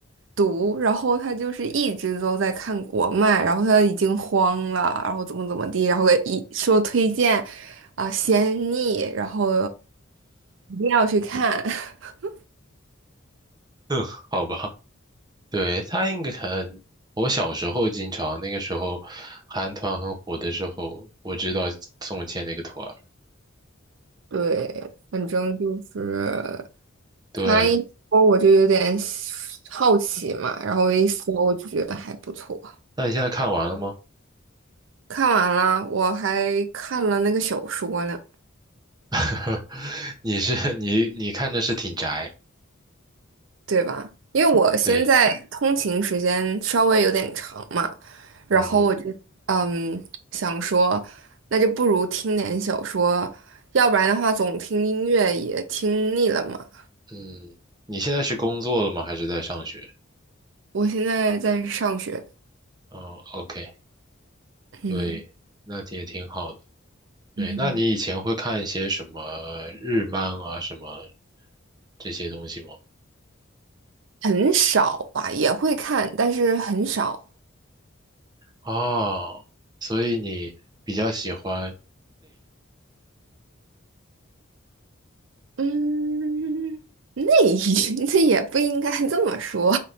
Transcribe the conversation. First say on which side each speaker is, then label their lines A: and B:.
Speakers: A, on the right; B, on the right.
A: 毒，然后他就是一直都在看国漫，然后他已经慌了，然后怎么怎么地，然后一说推荐啊、仙逆，然后一定要去看。<laughs>
B: <laughs> 好吧，对，她应该很。我小时候经常，那个时候韩团很火的时候，我知道宋茜那个团儿，
A: 对，反正就是
B: 对。
A: 他一说我就有点好奇嘛，然后一搜我就觉得还不错。
B: 那你现在看完了吗？
A: 看完了，我还看了那个小说呢。
B: <laughs> 你是你你看着是挺宅，
A: 对吧？因为我现在通勤时间稍微有点长嘛，
B: 对，
A: 然后我就嗯想说，
B: 嗯嗯
A: 那就不如听点小说，要不然的话总听音乐也听腻了嘛。
B: 嗯，你现在是工作了吗？还是在上学？
A: 我现在在上学，
B: 哦，OK，
A: 嗯
B: 对，那也挺好的。对，
A: 嗯，
B: 那你以前会看一些什么日漫啊，什么这些东西吗？
A: 很少吧，也会看，但是很少。
B: 哦，所以你比较喜欢，
A: 嗯，那也 <laughs> 那也不应该这么说